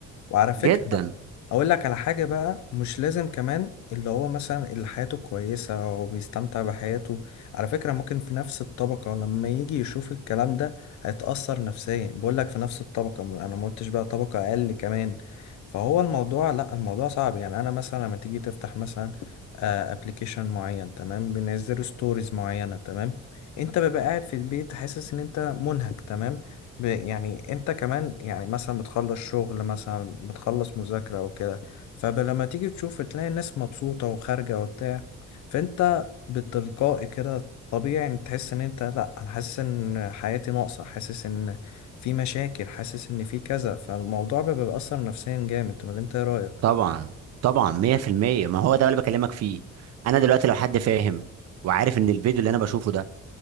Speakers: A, on the left; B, on the right.
A: وعلى فكره
B: جدا
A: اقول لك على حاجة بقى مش لازم كمان اللي هو مثلا اللي حياته كويسة وبيستمتع بحياته على فكرة ممكن في نفس الطبقة لما يجي يشوف الكلام ده هيتأثر نفسيا بقول لك في نفس الطبقة م- انا ما قلتش بقى طبقة اقل كمان فهو الموضوع لا الموضوع صعب يعني انا مثلا لما تيجي تفتح مثلا ابلكيشن معين تمام بينزلوا ستوريز معينة تمام انت بيبقى قاعد في البيت حاسس ان انت منهك تمام ب- يعني انت كمان يعني مثلا بتخلص شغل مثلا بتخلص مذاكرة او كده فلما تيجي تشوف تلاقي الناس مبسوطة وخارجة وبتاع فانت بالتلقائي كده طبيعي ان تحس ان انت لا انا حاسس ان حياتي ناقصة حاسس ان في مشاكل حاسس ان في كذا فالموضوع بيبقى بيأثر نفسيا جامد ولا انت ايه رأيك
B: طبعا طبعا 100% ما هو ده اللي بكلمك فيه انا دلوقتي لو حد فاهم وعارف ان الفيديو اللي انا بشوفه ده